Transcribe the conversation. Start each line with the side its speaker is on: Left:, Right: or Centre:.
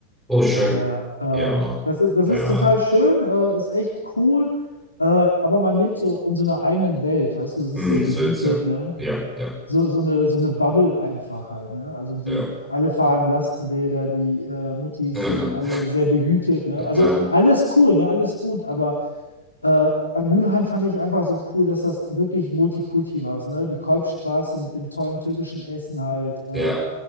Centre: Oh, schön.
Left: Daher,
Centre: Ja,
Left: äh, das, ist- das
Centre: ja.
Left: ist total schön, äh, ist echt cool, äh, aber man lebt so in so einer eigenen Welt, weißt du, es ist
Centre: Hm,
Left: sehr behütet,
Centre: Sitze.
Left: ne?
Centre: Ja, ja,
Left: So, so eine, so eine Bubble einfach halt, ne? Also die,
Centre: ja.
Left: alle fahren Lastenräder, die äh, Muttis
Centre: Aha.
Left: sind
Centre: <laughs>
Left: alle sehr behütet, ne? Also
Centre: Ja,
Left: alles cool, ne? Alles gut, aber äh, an Mülheim fand ich einfach so cool, dass das wirklich Multikulti war, ne? Die Kolbstraße mit dem tollen türkischen Essen halt, äh,
Centre: ja.